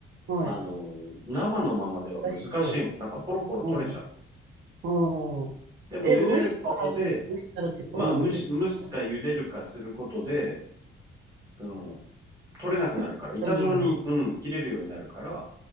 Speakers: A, on the right; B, on the right.
A: はい。
B: あの、生のままでは難しいの。
A: 美味しそ
B: なんかポロポロ取れちゃう。
A: う。うん、うん。
B: でも茹でることで、
A: え、蒸したらいい、蒸したらっていうか、
B: まあ、
A: うん、
B: 蒸し、
A: やったら。
B: 蒸すか茹でるかすることで、その、取れなくなるから、
A: 食ったもんな。
B: 板状に、うん、切れるようになるから、